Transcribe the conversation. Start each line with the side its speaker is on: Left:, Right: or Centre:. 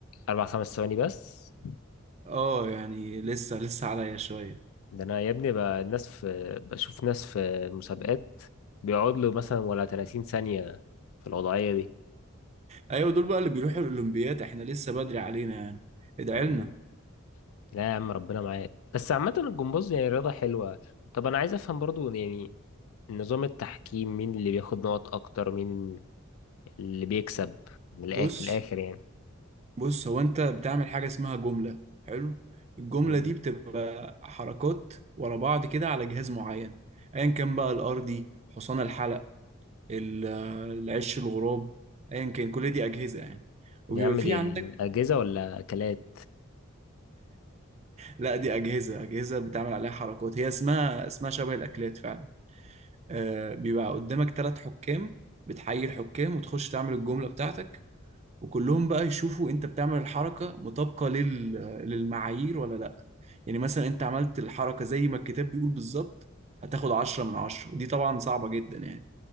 Left: اربع خمس ثواني بس
Right: اه يعني لسه لسه عليا شوية
Left: ده انا يا ابني بقى الناس في بشوف ناس في مسابقات بيقعد له مثلا ولا 30 ثانية في الوضعية دي
Right: ايوه دول بقى اللي بيروحوا الاولمبياد احنا لسه بدري علينا يعني ادعي
Left: مم.
Right: لنا
Left: لا يا عم ربنا معاك بس عامة الجمباز يعني رياضة حلوة طب انا عايز افهم برضو يعني نظام التحكيم مين اللي بياخد نقط اكتر مين اللي بيكسب من الآخر
Right: بص
Left: في الاخر يعني
Right: بص هو انت بتعمل حاجة اسمها جملة حلو الجملة
Left: مم.
Right: دي بتبقى حركات ورا بعض كده على جهاز معين ايا كان بقى الارضي حصان الحلق ال- العش الغراب ايا كان كل دي اجهزه يعني وبيبقى
Left: يا عم
Right: في
Left: دي
Right: عندك
Left: أجهزة ولا أكلات
Right: لا دي اجهزه اجهزه بتعمل عليها حركات هي اسمها اسمها شبه الاكلات فعلا آه بيبقى قدامك ثلاث حكام بتحيي الحكام وتخش تعمل الجمله بتاعتك وكلهم بقى يشوفوا انت بتعمل الحركه مطابقه لل... للمعايير ولا لا يعني مثلا انت عملت الحركه زي ما الكتاب بيقول بالظبط هتاخد عشرة من عشرة ودي طبعا صعبة جدا يعني